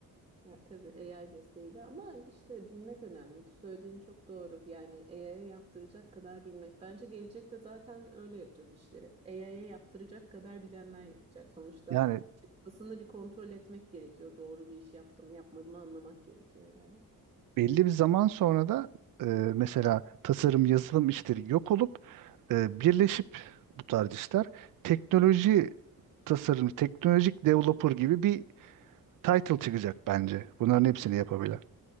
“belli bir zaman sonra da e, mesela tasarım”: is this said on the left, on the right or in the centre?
Right